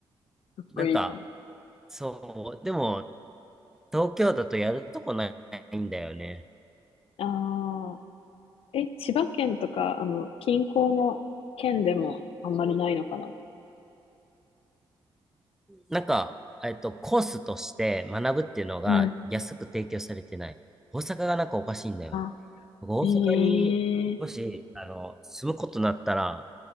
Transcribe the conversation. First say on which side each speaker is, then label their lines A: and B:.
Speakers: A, on the left; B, in the centre.
A: かっこいいかも。
B: なんか、そう。でも、東京だとやるとこないんだよね。
A: ああ、え、千葉県とか、あの、近郊の県でもあんまりないのかな
B: なんか、えっと、コースとして学ぶっていうのが安く提供されてない。
A: うん。
B: 大阪がなんかおかしいんだよ。
A: あ
B: 僕大阪にもし、
A: あ、ええ
B: あの、住むことになったら、